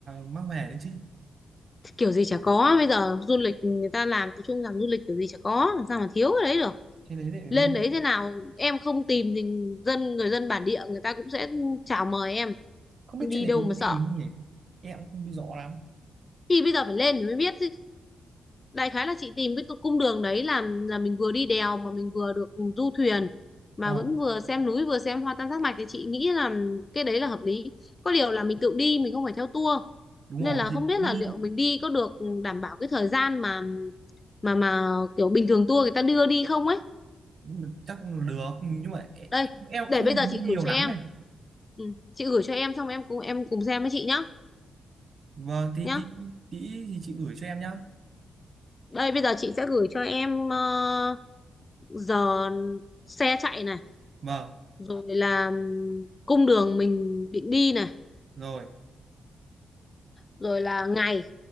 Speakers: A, on the right; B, on the left.
A: mang về đấy chứ.
B: kiểu gì chả có bây giờ du lịch người ta làm tập trung làm du lịch kiểu gì chả có làm sao mà thiếu cái đấy được
A: Trên đấy lại phải
B: lên
A: mua.
B: đấy thế nào em không tìm thì dân người dân bản địa người ta cũng sẽ chào mời em
A: Không
B: đi
A: biết trên đấy
B: đâu
A: có
B: mà
A: cái
B: sợ
A: gì không nhỉ? Em cũng không biết rõ lắm.
B: thì bây giờ phải lên thì mới biết chứ đại khái là chị tìm cái tu- cung đường đấy là là mình vừa đi đèo mà mình vừa được du thuyền mà
A: Ờ,
B: vẫn vừa xem núi vừa xem hoa tam giác mạch thì chị nghĩ là cái đấy là hợp lý có điều là mình tự đi mình không phải theo tour
A: đúng
B: nên
A: rồi
B: là
A: thì
B: không biết
A: đi
B: là liệu mình đi có được đảm bảo cái thời gian mà mà mà kiểu bình thường tour người ta đưa đi không ấy
A: nhưng mà chắc là được nhưng mà e,
B: đây
A: em, em cũng
B: để
A: không
B: bây giờ
A: đi
B: chị
A: nhiều
B: gửi cho
A: lắm
B: em
A: này.
B: ừ, chị gửi cho em xong em cùng em cùng xem với chị nhá
A: Vâng, thì
B: nhá
A: tí tí thì chị gửi cho em nhá.
B: đây bây giờ chị sẽ gửi cho em ờ, giờ xe chạy này
A: Vâng,
B: rồi là cung đường mình định đi này
A: rồi.
B: rồi là ngày